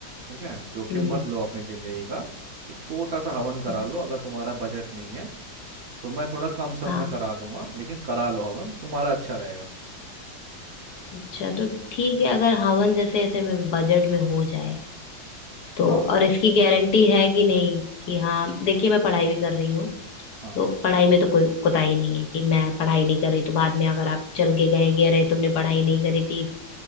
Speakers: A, on the right; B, on the left.
A: ठीक है जोखिम
B: हम्म
A: मत लो अपनी जिंदगी का एक छोटा सा हवन करा
B: हम्म,
A: लो अगर तुम्हारा बजट नहीं है तो मैं थोड़ा कम सम
B: हाँ
A: में करा दूंगा लेकिन करा लो हवन तुम्हारा अच्छा रहेगा
B: अच्छा तो ठीक है अगर हवन जैसे ऐसे में बजट में हो जाए तो
A: हाँ
B: और इसकी गारंटी है कि नहीं कि हाँ देखिए मैं पढ़ाई भी कर रही हूँ
A: हाँ
B: तो पढ़ाई में तो कोई कोताही नहीं है कि मैं पढ़ाई नहीं कर रही तो बाद में अगर आप चल के कहेंगे अरे तुमने पढ़ाई नहीं करी थी